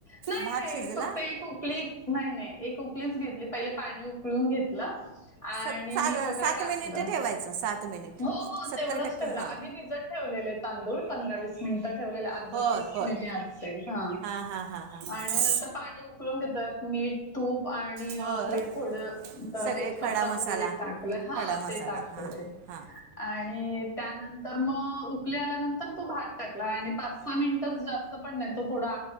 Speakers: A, on the left; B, on the right.
A: नाही-नाही
B: भात शिजला
A: फक्त एक ऊकली, नाही नाही एक उकलीच घेतली, पहिले पाणी उकळून घेतलं. आणि
B: सत सात
A: मीठ वगैरे
B: सात
A: टाकलं,
B: मिनिट ठेवायचं सात मिनिट
A: हो हो
B: सत्तर
A: तेवढंच
B: टक्के
A: ठेवलं,
B: हां
A: आधी भिजत ठेवलेले तांदूळ, पंधरा वीस मिनिटात ठेवलेले अर्धा
B: होय
A: तास
B: होय
A: मे बी असेल, हां
B: हा हा हा हा हा
A: आणि
B: हा
A: नंतर पाणी उकळऊन घेतात, मीठ तूप आणि
B: हो
A: आपले थोडं त-तेजपत्ता
B: सगळे खडा मसाला
A: वगैरे टाकलंय, हा
B: खडा मसाला
A: ते टाकलेय.
B: हा हा.
A: आणि त्यानंतर मग उकली आल्यानंतर तो भात टाकला आणि पाच-सहा मिनिटच जास्त पण नाही, तो थोडा